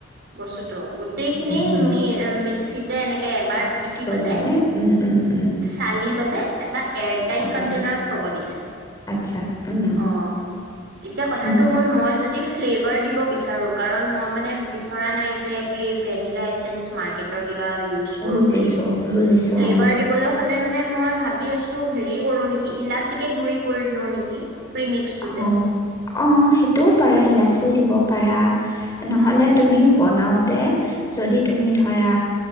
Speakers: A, on the right; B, on the left.
A: বস্তুতটো গোটেইখিনি
B: উম।
A: মি এ মিক্সিত জে এনে উ এই বাৰ পিচিপেলাই
B: থৈ পেলাই উম, উম, উম,
A: চালি পেলাই এটা এয়াৰটাইড
B: থ'ব
A: কণ্টেইনাৰত থব দিছে,
B: আচ্ছা উম,
A: অ এতিয়া কথা
B: উম,
A: তো হ'ল জে ফ্লেভাৰ দিব বিচাৰোঁ কাৰণ মই মানে চৰা নাই যে সেই ভেনিলাইচেন্স মাৰ্কেটৰ দিম বা ইউচ কৰো
B: বুজিছোঁ
A: বুলি
B: বুজিছোঁ
A: ফ্লেভাৰ
B: অ'।
A: দিবলে হলে মানে মই ভাবি আছো হেৰি কৰো নেকি ইলাচিকে গুৰি কৰি দিও নেকি প্ৰিমিক্সটোতে।
B: অ অ সেইটোও পাৰা ইলাচিও দিব পাৰা নহলে
A: উম
B: তুমি বনাও তে যদি তুমি ধৰা